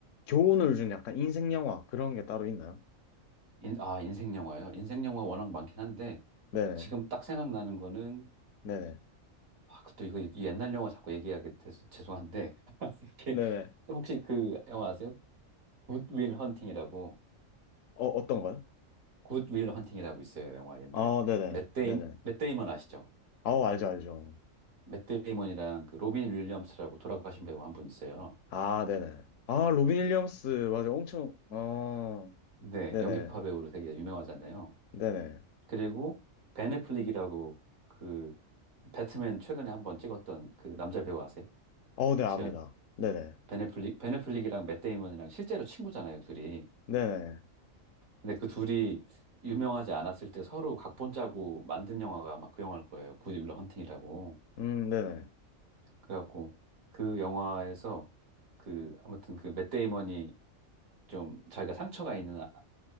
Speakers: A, on the left; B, on the right.
A: 교훈을 준 약간 인생 영화 그런 게 따로 있나요?
B: 인, 아, 인생 영화요? 인생 영화 워낙 많긴 한데,
A: 네네.
B: 지금 딱 생각나는 거는,
A: 네네.
B: 아, 그 또 이거 이 옛날 영화 자꾸 얘기하게 돼서 죄송한데, <laughs> 이게
A: 네네.
B: 혹시 그 영화 아세요? 굿윌 헌팅이라고,
A: 어, 어떤 거요?
B: 굿윌 헌팅이라고 있어요. 영화 옛날에.
A: 아, 네네.
B: 맷 데이,
A: 네네.
B: 맷 데이먼 아시죠?
A: 아우, 알죠, 알죠.
B: 맷 데이먼이랑 그 로빈 윌리엄스라고 돌아가신 배우 한 분 있어요.
A: 아, 네네. 아, 로빈 윌리엄스, 맞아. 엄청, 아,
B: 네,
A: 네네.
B: 연기파 배우로 되게 유명하잖아요.
A: 네네.
B: 그리고 벤 애플릭이라고 그 배트맨 최근에 한번 찍었던 그 남자 배우 아세요?
A: 어, 네, 압니다.
B: 주연?
A: 네네.
B: 벤 애플릭, 벤 애플릭이랑 맷 데이먼이랑 실제로 친구잖아요, 둘이.
A: 네네.
B: 근데 그 둘이 유명하지 않았을 때 서로 각본 짜고 만든 영화가 아마 그 영화일 거예요. 굿 윌러 헌팅이라고.
A: 음, 네네.
B: 그래갖고 그 영화에서 그 아무튼 그 맷 데이먼이 좀 자기가 상처가 있는 아-